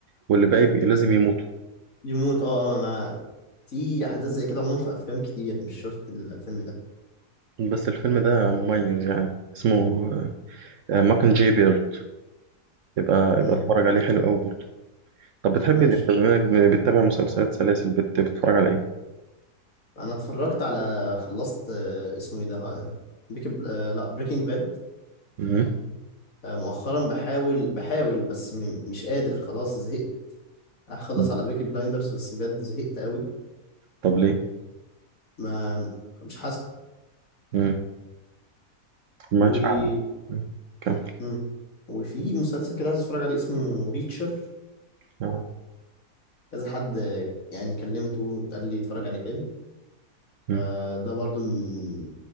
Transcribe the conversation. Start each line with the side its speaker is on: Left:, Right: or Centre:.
Right: واللي باقي بي- لازم يموتوا
Left: يموت اه اه انا في احداث زي كده عموما في افلام كتير مش شرط الفيلم ده
Right: بس الفيلم ده مميز يعني اسمه ماكن جي بيرد يبقى
Left: امم
Right: يبقى اتفرج عليه حلو قوي برضه طب بتحب
Left: ماشي
Right: بما إنك بتتابع مسلسلات سلاسل بت- بتتفرج على إيه؟
Left: انا اتفرجت على خلصت آه، اسمه ايه ده ها- بيك آه لا بريكنج باد
Right: مم.
Left: آه مؤخرا بحاول بحاول بس م- مش قادر خلاص زهقت هخلص
Right: مم.
Left: على بيكي بلايندرز بس بجد زهقت قوي
Right: طب ليه؟
Left: ما مش
Right: مم. ماشي
Left: حاسه
Right: مم. كمل
Left: مم. وفي مسلسل كده عايز اتفرج عليه اسمه ريتشر
Right: آه.
Left: كذا حد يعني كلمته قال لي اتفرج عليه حلو
Right: مم.
Left: فده برضو من